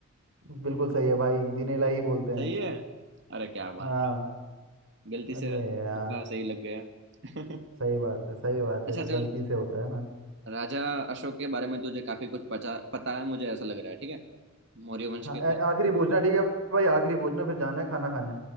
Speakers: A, on the right; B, on the right.
A: बिल्कुल सही है भाई दीने इलाही बोलते हैं
B: सही है अरे क्या बात
A: हाँ
B: है गलती
A: अरे
B: से तुक्का
A: यार
B: सही लग गया <laughs>
A: सही बात है सही बात
B: अच्छा
A: है गलती
B: चल
A: से होता है ना
B: राजा अशोक के बारे में तुझे काफी कुछ पता पता है मुझे ऐसा लग रहा है ठीक है मौर्य वंश
A: हाँ
B: के
A: आ-
B: थे
A: आखिरी पूछना ठीक है भाई आखिरी पूछना फिर जाना है खाना खाने